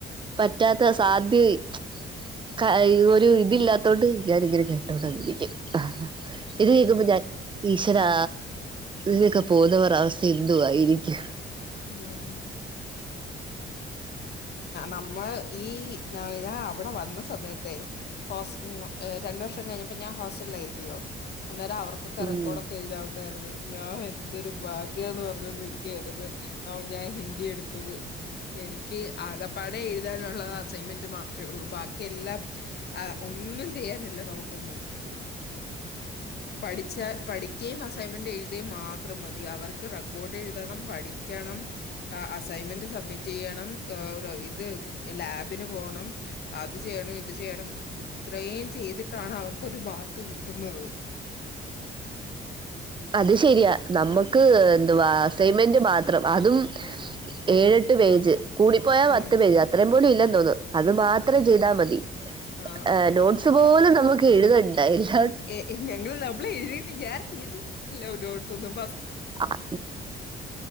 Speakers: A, on the right (about 25°); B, on the left (about 55°).
A: പറ്റാത്ത സാധ്യയി കഴി <unintelligible> തില്ലാത്തോണ്ട് ഞാനങ്ങനെ കേട്ടോടരിക്കും.
B: ഉം
A: ഇത് കേക്കുമ്പോ ഞാൻ ഈശ്വരാ ഇലൊക്കെ പോവുന്നരഅവസ്ഥ എന്തു വായിരിക്കും?
B: ഉം. നമ്മൾ ഈ ഞാൻ അവടെ വന്ന സമയത്തെ ഹോസ് രണ്ടു വർഷം കഴിഞ്ഞപ്പോ ഞാൻ ഹോസ്റ്റല യില്ലയോ? അന്നേം അവർക്കൊക്ക
A: ഉം
B: റെക്കോഡൊക്കെ എഴുതാ ണ്ടായിരുന്ന്. ഞാൻ എന്തൊരു ഭാഗ്യന്ന് പറഞ്ഞൊണ്ടിരിക്കയരത് അത ഞാൻ ഹിന്ദി എടുത്തത്. എനിക്ക് ആകപ്പാടെ എഴുതാനുള്ളത അസൈൻമെന്റ് മാത്രേ ഉള്ളൂ ബാക്കിയെല്ലാം ഒന്നും ചെയ്യാനില്ല നമുക്കൊന്നും. പഠിച്ച പഠിക്കുകയും അസൈൻമെന്റ് എഴുതുകയും മാത്രം മതി അവർക്ക് റെക്കോർഡ് എഴുതണം, പഠിക്കണം, ആ അസൈൻമെന്റ് സബ്മിറ്റ് ചെയ്യണം ആ ഇത് ലാബിന് പോണം അത് ചെയ്യണം ഇത് ചെയ്യണം. ത്രീം ചെയ്തിട്ടാണ് അവർക്കൊരു മാർക്ക് കിട്ടുന്നത്.
A: അത് ശരിയാ നമ്മുക്ക് എന്തുവാ അസൈൻമെന്റ് മാത്രം അതും ഏഴെട്ട് പേജ് കൂടി പോയാ പത്ത്
B: ഉം.
A: പേജ് അത്രയും പോലും ഇല്ല തോന്നുന്നു, അത് മാത്രം ചെയ്താൽ മതി
B: ആഹ്.
A: ഏഹ് നോ ട്ട്സ് പോലും നമുക്ക് എഴുതണ്ടാ യില്ല.
B: ഏ ഞങ്ങള് നമ്മൾ ഡബിൾഴതിട്ട് ഞാൻ എഴുതിട്ടില്ല നോടസൊന്നും. <unintelligible>
A: ആഹ്